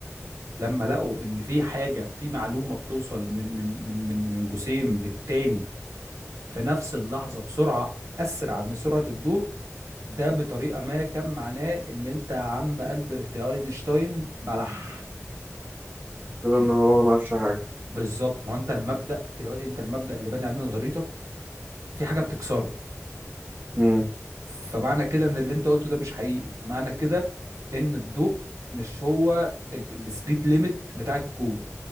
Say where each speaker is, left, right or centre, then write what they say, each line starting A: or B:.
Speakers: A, on the right (about 80°); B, on the right (about 40°).
A: لما لقوا ان في حاجه في معلومه بتوصل من من من من من جسيم للتاني في نفس اللحظه بسرعه اسرع من سرعه الضوء ده بطريقه ما كان معناه ان انت يا عم البرت اينشتاين بلح
B: كده
A: إن-
B: ان هو ما عملش حاجه
A: بالظبط ما هو انت المبدا دلوقتي انت المبدا اللي باني عليه نظريتك في حاجه بتكسره
B: مم.
A: فمعنى كده ان اللي انت قلته ده مش حقيقي معنى كده ان الضوء مش هو ال- السبيد ليميت بتاع الكون